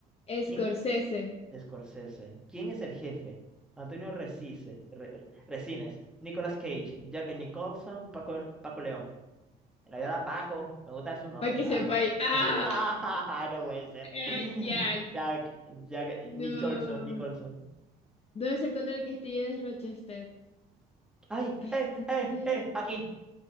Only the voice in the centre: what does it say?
¿Quién?
Scorsese. ¿Quién es el jefe? Antonio Resise, Re- Re- Resines, Nicolas Cage, Jack Nicholson, Paco, Paco León. La verdad, Paco. Me gusta su nombre,
Paco.
<laughs> No puede ser.
Jack, Jack
Nicholson, Nicholson.
¡Ay!
¡Eh! ¡Eh! ¡Eh! Aquí.